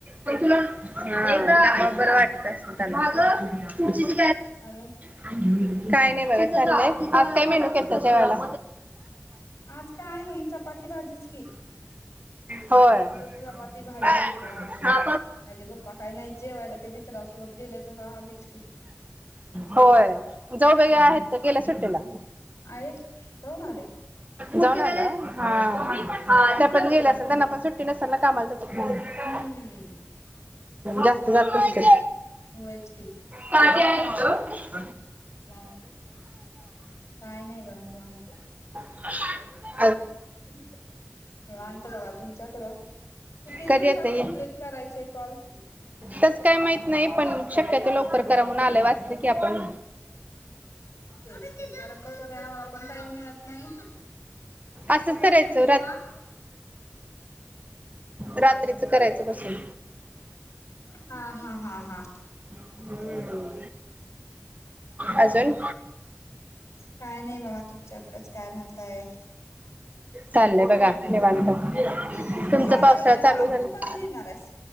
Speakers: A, on the right (about 35°); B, on the left (about 85°).
A: का
B: मग
A: बरं वाटत असलं. अग तुळशी ची
B: अजून
A: <unintelligible> काय नाही बघा चाललंय आज काय मेनु केलता जेवायला.
B: आज काय नाही चपाती भाजीच की.
A: होय
B: आमच्यात चपाती भाजी
A: हा
B: भात.
A: हा
B: आज पप्पा काही नाही जेवायला ते मित्रांसोबत गेले तर आम्हीच की
A: होय जाऊबाई
B: हम्
A: आहेत तर गेल्या सुट्टीला
B: आहेत जाऊन आले.
A: जाऊन आल्या होय. हा गेले असल त्यांना पण सुट्टीने कामाला जातात म्हणून.
B: हम्म
A: जास्त जात नसतील.
B: होयच
A: <unintelligible> <unintelligible>
B: ह काय नाही बघा हे निवांत.
A: <unintelligible>
B: <unintelligible> च्याकडं किती
A: कधी
B: दिवसात
A: येतं
B: कम्प्लीट
A: ये
B: करायचे कॉल
A: तस काय माहत नाही पण शक्यतो लवकर करा म्हून आलंय वाचत की आपण
B: तेच ते कारण कस मला पण टाईम मिळत नाही त्याच्यावर
A: असंच करायचं
B: लिहून देऊ का
A: रात्रीच करायचं बसून
B: हा हा हा हा
A: हम्म.
B: ह
A: अजून
B: काय नाही बघा तुमच्याकडेच काय म्हणताय
A: चाललंय बघा निवांत
B: लिहा
A: तुमचा पावसाळा
B: लागलेला
A: चालू
B: व आणि
A: झाला
B: तू कधी देणार आहेस